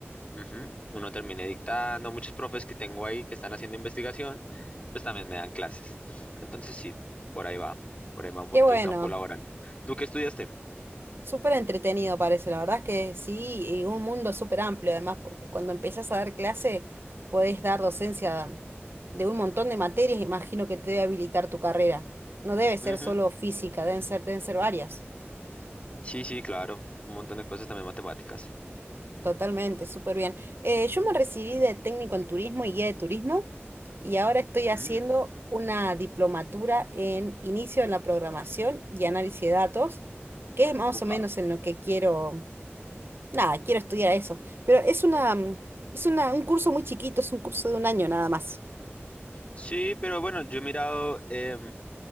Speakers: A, on the left; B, on the right.
A: Ujú, Uno termine dictando, muchos profes que tengo ahí que están haciendo investigación, pues también me dan clases. Entonces, sí, por ahí va, por ahí va un poquito
B: Qué bueno.
A: el campo laboral. ¿Tú qué estudiaste?
B: Súper entretenido parece. La verdad es que sí, y un mundo súper amplio además, porque cuando empezás a dar clase, podés dar docencia de un montón de materias. Imagino que te debe habilitar tu carrera. No debe ser
A: Ujú.
B: solo física, deben ser, deben ser varias.
A: Sí, sí, claro. Un montón de cosas también matemáticas.
B: Totalmente, súper bien. Eh, yo me recibí de técnico en turismo y guía de turismo, y ahora estoy haciendo
A: Mm,
B: una diplomatura en inicio en la programación y análisis de datos, que es más
A: upa.
B: o menos en lo que quiero. Nada, quiero estudiar eso. Pero es una, mm, es una, un curso muy chiquito, es un curso de un año nada más.
A: Sí, pero bueno, yo he mirado, em,